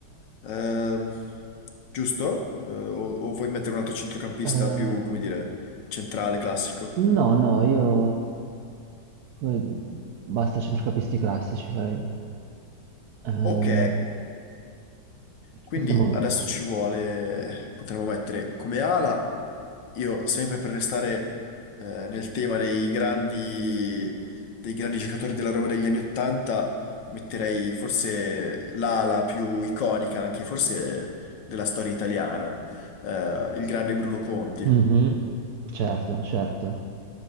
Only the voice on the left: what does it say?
Ehm, giusto? Eh, o, o vuoi mettere un altro centrocampista
più, come dire, centrale, classico?
Ok,
quindi
adesso ci vuole, potremmo mettere come ala Io, sempre per restare eh, nel tema dei grandi, dei grandi giocatori della Roma degli anni Ottanta, metterei forse l'ala più iconica, anche forse della storia italiana, eh, il grande Bruno Conti.